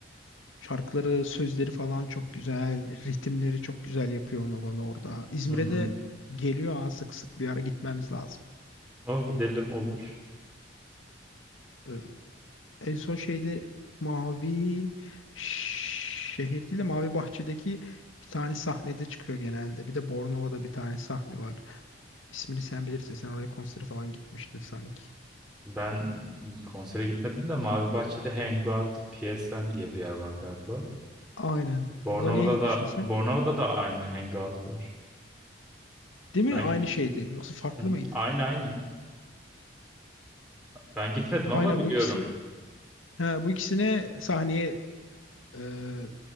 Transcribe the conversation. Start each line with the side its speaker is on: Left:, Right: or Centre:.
Left: Şarkıları, sözleri falan çok güzel. Ritimleri çok güzel yapıyor onu orada. İzmir'e
Centre: Hı hı.
Left: de geliyor ha sık sık bir ara gitmemiz lazım.
Centre: O gidelim olur.
Left: Ee, en son şeyde Mavi Şehir değil de Mavi Bahçe'deki bir tane sahnede çıkıyor genelde. Bir de Bornova'da bir tane sahne var. İsmini sen bilirsin. Sen oraya konsere falan gitmiştin sanki.
Centre: Ben konsere gitmedim de Mavi Bahçe'de Hangout PSM diye bir yer var galiba.
Left: Aynen.
Centre: Bornova'da
Left: Orada niye gitmiştin
Centre: da
Left: sen?
Centre: Bornova'da da aynı Hangout var.
Left: Değil mi?
Centre: Ben
Left: Aynı şeydi. Yoksa farklı
Centre: Hı,
Left: mıydı?
Centre: aynı aynı. Ben gitmedim ama
Left: Aynen
Centre: biliyorum.
Left: bu ikisini. He, bu ikisini sahneye Ee,